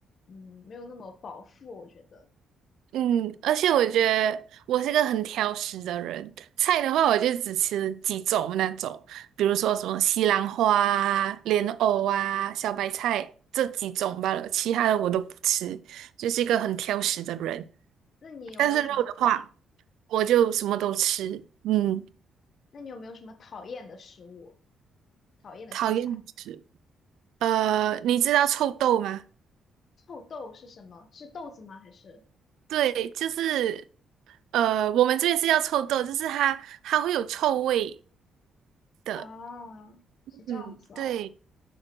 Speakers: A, on the left; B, on the right.
A: 嗯，没有那么饱腹，我觉得。
B: 嗯，而且我觉得我是个很挑食的人，菜的话我就只吃几种那种，比如说什么西兰花啊、莲藕啊、小白菜这几种罢了，其他的我都不吃，就是一个很挑食的人。
A: 那你有没有什么
B: 但是肉的话，我就什么都吃，嗯，
A: 那你有没有什么讨厌的食物？讨厌的蔬菜？
B: 讨厌吃。呃，你知道臭豆吗？
A: 臭豆是什么？是豆子吗？还是
B: 对，就是呃，我们这边是叫臭豆，就是它它会有臭味的。
A: 啊？是这样子哦，
B: 嗯，对